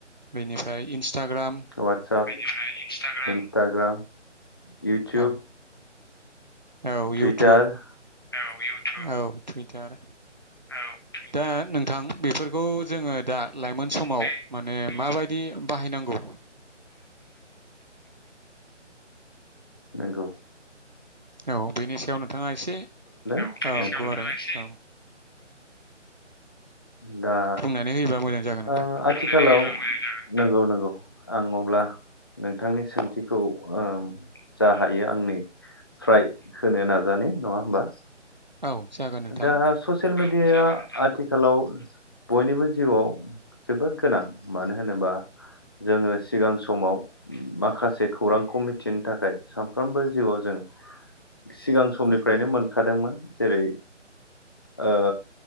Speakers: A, on the right; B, on the left.
A: बेनिफ्राय इन्सटाग्राम
B: अवाटसाप इन्सटाग्राम। इउटुब
A: औ औ
B: टुइटार
A: इउटुब
B: औ इउटुब
A: औ थुइ तार
B: औ टुइटार
A: दा नोंथां बेफोर गौ जोङो दा लाइमोन समाव
B: बेखौ
A: माने माबायदि बाहायनांगौ।
B: नोंगौ।
A: औ बेनि सायाव नोंथाङा एसे
B: नोंथाङा
A: औ गुवारै औ
B: दा
A: बुंनानै होयोबा मोजां जागोन नोंथां
B: ओ आथिखालाव नंगौ नंगौ आं अब्ला नोंथांनि सोंथिखौ ओ जा हायो आंनिफ्राय होनो नाजानि नङा होमबा?
A: औ जागोन नोंथां।
B: दा <unintelligible> आथिखालाव बयनिबो जिउआव जोबोद गोनां मानो होनोबा जोङो सिगां समाव माखासे खौरांखौ मिथिनो थाखाय सानफ्रोमबो जिउआव जों
A: <inaudible>
B: सिगां समनिफ्रायनो मोनखादोंमोन जेरै ओ